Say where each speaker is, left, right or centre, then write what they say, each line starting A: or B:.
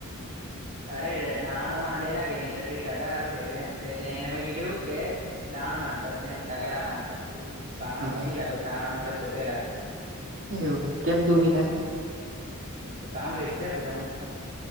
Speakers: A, on the right; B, on the right.
A: અરે ડાણ માંડેલા કેે નહી તો ટગારા ફેડ્યું એમ એને મેં કીધું કે. દાણ નતોશે એમ ટગારા મામાંતો શ શાણ
B: હા
A: મેં નની લખ ચાણ અમારે છોટે લાખે.
B: એવું કેમ દૂની લખે.
A: કામ વેચ છે પેલા મસ્